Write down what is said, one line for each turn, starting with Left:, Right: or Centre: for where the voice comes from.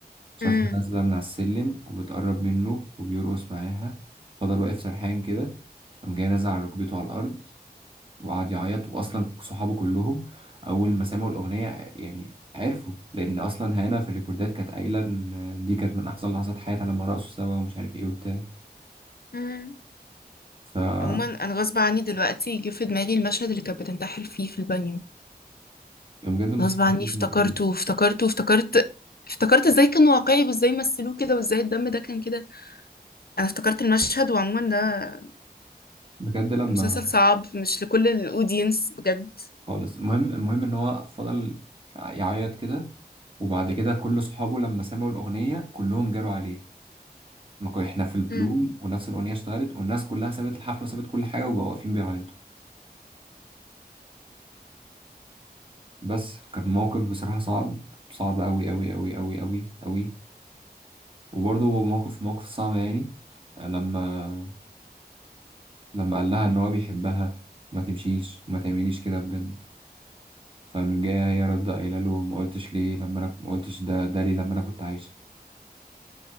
Right: شافها
Left: امم
Right: نازلة من على السلم وبتقرب منه وبيرقص معاها فضل واقف سرحان كده قام جاي نازل على ركبته على الأرض وقعد يعيط وأصلا صحابه كلهم أول ما سمعوا الأغنية يعني عرفوا لأن أصلا هنا في الريكوردات كانت قايلة إن دي كانت من أحسن لحظات حياتها لما رقصوا سوا ومش عارف إيه وبتاع
Left: امم
Right: ف
Left: عموما انا غصب عني دلوقتي جه في دماغي المشهد اللي كانت بتنتحر فيه في البانيو
Right: بجد المسلسل
Left: غصب عني
Right: كان
Left: افتكرته
Right: جامد وقت ده.
Left: وافتكرته وافتكرت افتكرت ازاي كان واقعي وازاي مثلوه كده وازاي الدم ده كان كده انا افتكرت المشهد وعموما ده
Right: بجد لما
Left: مسلسل صعب مش لكل الاودينس بجد
Right: خالص المهم المهم إن هو فضل يعيط كده وبعد كده كل صحابه لما سمعوا الأغنية كلهم جاروا عليه ما كو- احنا في البلوم
Left: امم
Right: ونفس الأغنية اشتغلت والناس كلها سابت الحفلة وسابت كل حاجة وبقوا واقفين بيعيطوا بس كان موقف بصراحة صعب صعب أوي أوي أوي أوي أوي أوي وبرضه موقف موقف صعب يعني لما لما قال لها إن هو بيحبها ما تمشيش وما تعمليش كده بجد فمن جاية هي رد قايلة له ما قلتش ليه لما أنا ما قلتش ده ده ليه لما أنا كنت عايشة